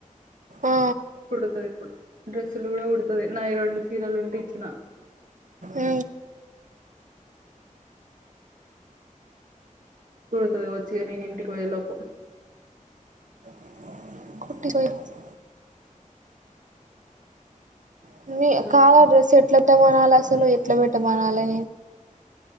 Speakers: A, on the right; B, on the right.
A: ఆ
B: కుడుతది ఇప్పుడు డ్రెస్సులు కూడ కుడతది నాయి రొండు చీరలు ఉంటే ఇచ్చిన
A: అ
B: కుడతది వచ్చిగ నేను ఇంటికి పోయే లోపు
A: <unintelligible> <unintelligible>
B: ఉమ్
A: డ్రెస్ ఎట్లా పెట్టమనాల అసలు ఎట్లా పెట్టమనాలి